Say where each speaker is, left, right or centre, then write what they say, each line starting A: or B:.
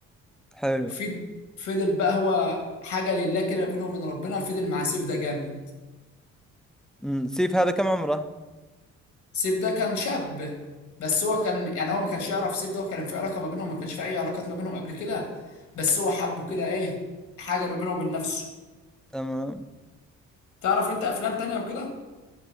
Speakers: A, in the centre; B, on the left.
A: حلو
B: في- فضل بقى هو حاجة لله كده بينه وبين ربنا فضل مع سيف ده جامد
A: أمم، سيف هذا كم عمره
B: سيف ده كان شاب بس هو كان يعني هو ما كانش يعرف سيف ده وكان في علاقة ما بينهم ما كانش في أي علاقات ما بينهم قبل كده بس هو حبه كده إيه حاجة ما بينه وبين نفسه
A: تمام
B: تعرف أنت أفلام تانية وكده